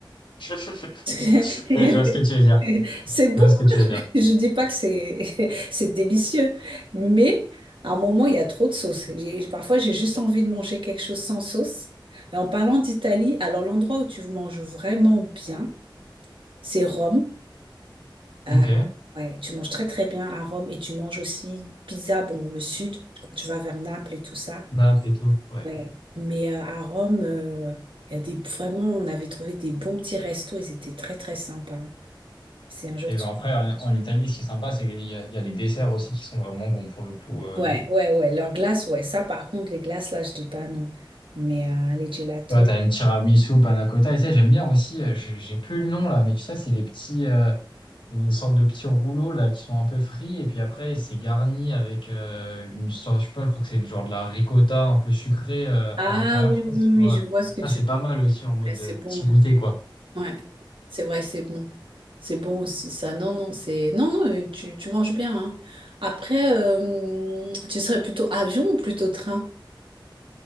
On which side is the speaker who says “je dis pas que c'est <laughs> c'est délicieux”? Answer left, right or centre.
Right